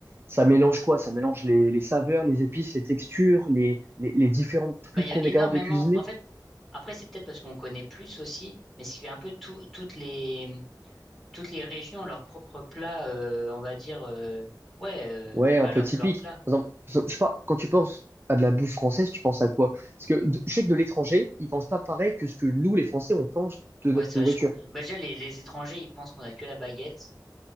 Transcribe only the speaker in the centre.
Bah, il y
a énormément.
En fait, après, c'est peut-être parce qu'on connaît plus aussi, mais c'est un peu tout, toutes les, toutes les régions, leurs propres plats, euh, on va dire, euh, ouais, euh,
bah,
leurs
leurs plats.
Ouais,
c'est
vrai. je- bah, déjà, les, les étrangers, ils pensent qu'on a que la baguette.